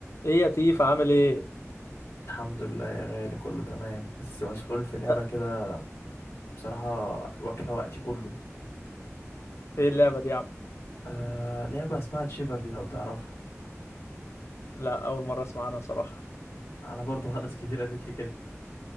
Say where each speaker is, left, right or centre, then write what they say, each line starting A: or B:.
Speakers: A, on the left; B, on the left.
A: ايه يا تيف عامل ايه
B: الحمد لله يا غالي كله تمام بس مسحول في لعبة
A: أه،
B: كده بصراحة واكلة وقتي كله
A: ايه اللعبه دي يا عم
B: آه لعبة اسمها تشيفرلي لو تعرفها
A: لا اول مره اسمع عنها صراحه
B: أنا برضو ناس كتير قالت لي كده